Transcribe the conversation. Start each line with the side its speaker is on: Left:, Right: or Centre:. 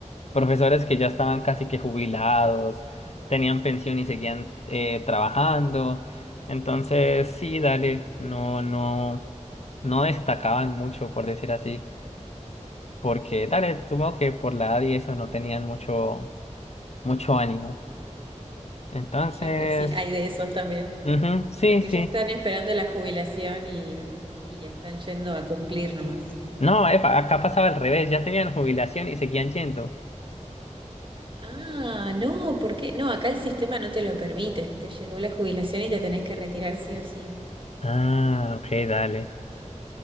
Left: profesores que ya estaban casi que jubilados, tenían pensión y seguían
Right: Ah,
Left: eh, trabajando. Entonces, sí, dale, no, no, no destacaban mucho, por decir así, porque dale, supongo que por la edad y eso no tenían mucho, mucho ánimo. Entonces,
Right: Claro, sí, hay de esos también.
Left: ujú, sí,
Right: Los que
Left: sí.
Right: ya están esperando la jubilación y, y están yendo a cumplir nomás.
Left: No, epa, acá pasaba al revés, ya tenían jubilación y seguían yendo.
Right: Ah, no, ¿por qué? No, acá el sistema no te lo permite. Te llegó la jubilación y te tenés que retirar sí o sí.
Left: Ah, ok, dale.